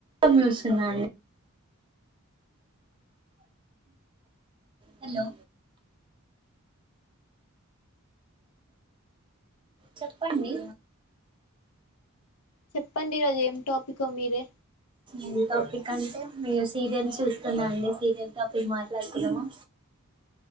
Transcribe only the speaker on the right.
కట్ వస్తుందా అండి హలో చెప్పండి
ఏన్ టాపిక్ అంటే మీరు సీరియల్ చూస్తున్నా అండి సీరియల్ టాపిక్ మాట్లాడుకుందామా